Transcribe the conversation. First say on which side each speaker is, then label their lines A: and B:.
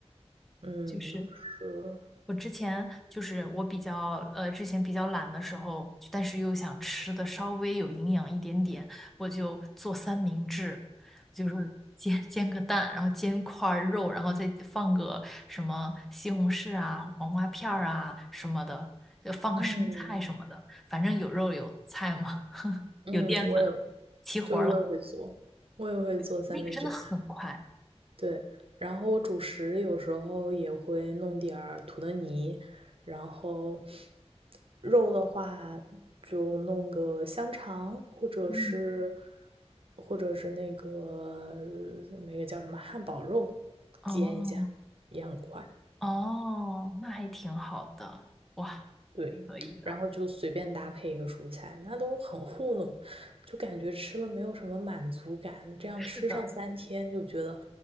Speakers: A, on the right (about 55°); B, in the centre.
A: 嗯，
B: 就是
A: 是，
B: 我之前就是我比较呃，之前比较懒的时候，但是又想吃的稍微有营养一点点，我就做三明治，就是煎煎个蛋，然后煎块儿肉，然后再放个什么西红柿啊、黄瓜片儿啊什么的，就放个生菜什么的，
A: 嗯
B: 反正有肉有菜嘛，
A: 嗯，
B: 有淀粉，
A: 我也，
B: 齐活儿了。
A: 对，我也会做，我也会做三明治。
B: 对，那个真的很快。
A: 对，然后我主食有时候也会弄点儿土豆泥，然后肉的话就弄个香肠，或者是
B: 嗯，
A: 或者是那个那个叫什么汉堡肉，
B: 哦
A: 煎一下也很快。
B: 哦，那还挺好的，哇，
A: 对，
B: 可以的。
A: 然后就随便搭配一个蔬菜，那都很糊弄，就感觉吃了没有什么满足感，这样吃上三天就觉得
B: 是的。